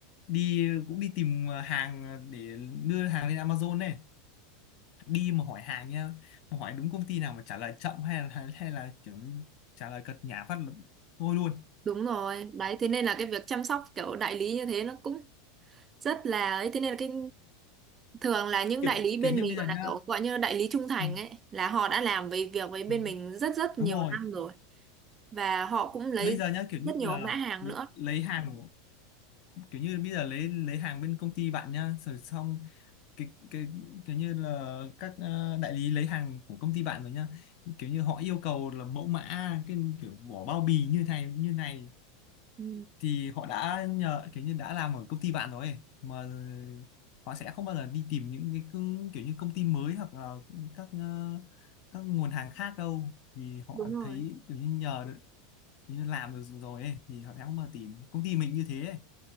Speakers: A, on the left; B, on the right.
A: đi cũng đi tìm hàng để đưa hàng lên Amazon này đi mà hỏi hàng nhá mà hỏi đúng công ty nào mà trả lời chậm hay là hay là kiểu trả lời cật nhả phát là thôi luôn
B: Đúng rồi, đấy thế nên là cái việc chăm sóc kiểu đại lý như thế nó cũng rất là ấy thế nên là cái thường là những
A: kiểu
B: đại lý bên
A: kiểu như
B: mình
A: bây
B: gọi
A: giờ nhá
B: là kiểu gọi như đại lý trung thành
A: ừ,
B: ấy là họ đã làm về việc với bên
A: ừ,
B: mình rất rất
A: đúng
B: nhiều
A: rồi
B: năm rồi và họ cũng lấy
A: bây giờ nhá kiểu
B: rất
A: như
B: nhiều
A: là
B: mã hàng
A: l-
B: nữa.
A: lấy hàng kiểu như bây giờ lấy lấy hàng bên công ty bạn nhá rồi xong cái cái kiểu như là các ờ, đại lý lấy hàng của công ty bạn rồi nhá kiểu như họ yêu cầu là mẫu mã cái kiểu vỏ bao bì như này như này
B: Ừ,
A: thì họ đã nhờ kiểu như đã làm ở công ty bạn rồi ấy. mà họ sẽ không bao giờ đi tìm những cái cưng- kiểu như công ty mới hoặc là các ờ, các nguồn hàng khác đâu vì họ
B: đúng rồi.
A: thấy kiểu như nhờ được kiểu như làm được rồi ấy, thì họ sẽ không bao giờ tìm công ty mình như thế ấy.